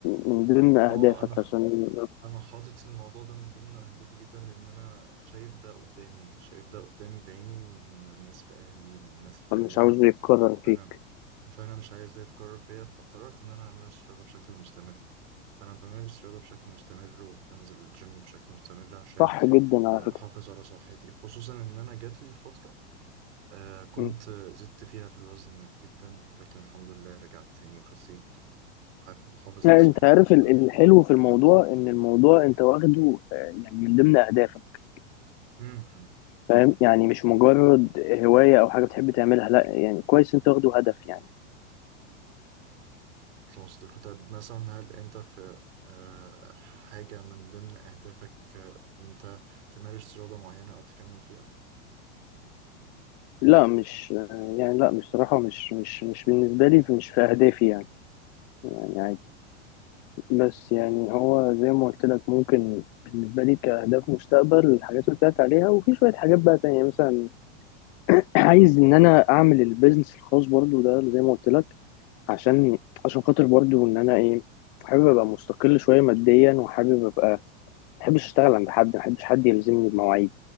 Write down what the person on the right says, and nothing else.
اه انا
انا حاطط الموضوع ده من ضمن اهدافي جدا لان انا شايف ده قدامي شايف ده قدامي بعيني من ناس في اهلي من ناس حواليا
فانا
فانا مش عايز ده يتكرر فيا فقررت ان انا امارس رياضه بشكل مستمر فانا بمارس رياضه بشكل مستمر وبنزل الجيم بشكل مستمر عشان
آه،
احافظ على صحتي خصوصا ان انا جات لي فتره آه، كنت
زدت فيها في الوزن جدا لكن الحمد لله رجعت تاني وخسيت ومحافظ
على صحتي
الفتره
دي
امم
خلاص ده كنت. طب مثلا هل انت في آه، حاجه من ضمن اهدافك آه، ان انت تمارس رياضه معينه او تكمل فيها